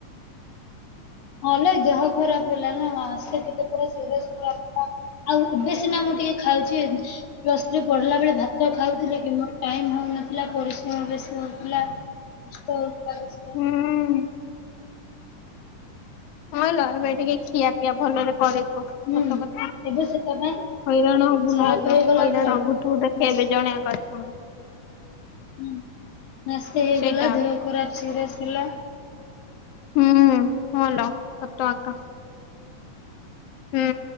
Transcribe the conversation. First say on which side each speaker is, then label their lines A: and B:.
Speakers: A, on the left (about 55°); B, on the left (about 75°).
A: ନହଲେ ଦେହ ଖରାପ ହେଲା ନା ସେଠି କେତେଳେ ସିରିଏସ ପୁରା ଆଉ ଏବେ ସିନା ମୁଁ ଟିକେ ଖାଉଛି ପ୍ଲସ ଥ୍ରି ପଢିଲା ବେଳେ ଭାତ ଖାଉଥିଲି କିନ୍ତୁ ଟାଇମ ହଉନଥିଲା ପରିଶ୍ରମ ବେଶୀ ହଉଥିଲା।। ତ ତର ସେ
B: ହୁଁ।
A: <unintelligible>
B: ହଁ ଲ ଏବେ ଟିକେ ଖିଆ ପିଆ ଭଲରେ କରେ ତୁ
A: ହୁଁ
B: ସତ କଥା
A: ଏବେ ସେଟା ପାଇଁ
B: ହଇରାଣ ହବୁ
A: ସାଫ
B: ନହେଲେ
A: ହେଇଗଲା
B: ହଇରାଣ
A: ବ୍ଲଡ
B: ହବୁ ତୁ ଦେଖେ
A: ମାସ
B: ଏବେ ଜଣେ କର୍ପଣ
A: ହୁଁ ମାସେ ହେଇଗଲା
B: ସେଇଟା
A: ଦେହ ଖରାପ ସିରିଏସ ହେଲା।
B: ହୁଁ ହଲ ସତ ଆକା। ହୁଁ